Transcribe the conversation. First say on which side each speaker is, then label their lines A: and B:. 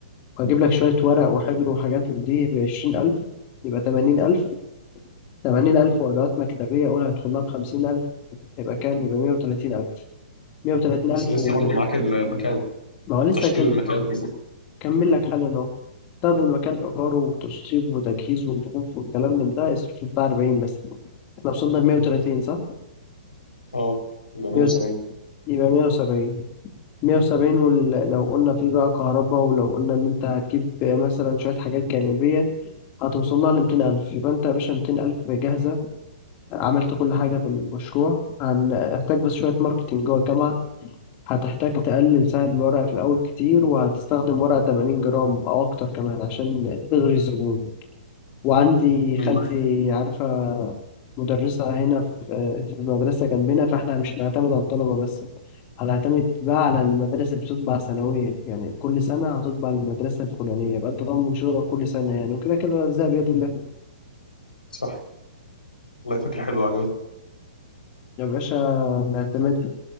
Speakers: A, on the left (about 30°); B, on the left (about 75°).
A: وهجيب لك شوية ورق وحبر وحاجات من دي بعشرين ألف يبقى تمانين ألف تمانين ألف وأدوات مكتبية قول هيدخلها في خمسين ألف يبقى كام يبقى مية وتلاتين ألف مية وتلاتين
B: بس
A: ألف
B: لسه
A: و
B: برضه معاك المكان
A: ما هو لسه
B: تشطيب
A: هكل-
B: المكان
A: هكمل لك حالا أهو تاخد المكان إيجاره وتشطيب وتجهيز ورفوف والكلام من ده اصرف بتاع أربعين بس احنا وصلنا لمية وتلاتين صح؟
B: اه يبقى 170
A: مية وت- يبقى مية وسبعين مية وسبعين ولو قلنا فيه بقى كهرباء ولو قلنا إن أنت هتجيب مثلا شوية حاجات جانبية هتوصل لها لميتين ألف يبقى أنت يا باشا ميتين ألف جاهزة عملت كل حاجة في المشروع هنحتاج بس شوية ماركتينج جوه الجامعة هتحتاج تقلل سعر الورقة في الأول كتير وهتستخدم ورقة 80 جرام أو أكتر كمان عشان تغري الزبون وعندي
B: امم
A: خالتي عارفة مدرسة هنا في في مدرسة جنبنا فاحنا مش هنعتمد على الطلبة بس هنعتمد بقى على المدارس اللي بتطبع سنويا يعني كل سنة هتطبع المدرسة الفلانية يبقى أنت ضامن شغلك كل سنة يعني وكده كده الرزق بيد الله
B: صح والله فكره حلوه عجبتني
A: يا باشا بنعتمدها